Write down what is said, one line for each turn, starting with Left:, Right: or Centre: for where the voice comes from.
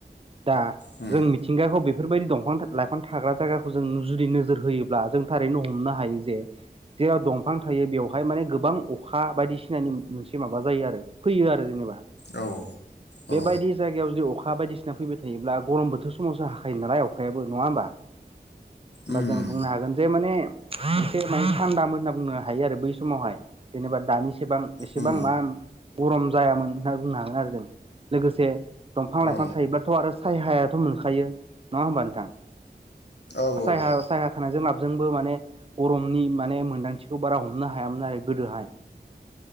Right: दा
Left: उम
Right: जों मिथिंगाखौ बेफोरबायदि दं फां लाइफां थाग्रा जायगाखौ जों जुदि नोजोर होयोब्ला जों थारैनो हमनो हायो जे जेराव दंफां थायो बेवहाय माने गोबां अखा बायदिसिनानि मोनसे माबा जायो आरो फैयो आरो जेनेबा
Left: उम औ
Right: बेबायदि
Left: औ
Right: जायगायाव जुदि अख खा बायदिसिना फैबाय थायोब्ला गरम बोथोर समावसो हाखायो नालाय अखायाबो नङा होमबा होमबा
Left: उम
Right: जों बुंनो हागोन जे माने एसे माने थान्दा मोजां होनना बुंनो हायो आरो बै समावहाय जेनेबा दानि एसेबां एसेबां
Left: उम
Right: माम गरम जायामोन होनना बुंनो हागोन आरो जों लोगोसे दंफां लाइफां
Left: औ
Right: थायोब्लाथ' आरो सायहायाथ' मोनखायो नङा होमबा नोंथां
Left: औ
Right: सायहा
Left: औ
Right: सायहा थानायजों लाबजोंबो माने गरमनि माने मोनदांथि खौ बारा हमनो हायामोन आरो गोदोहाय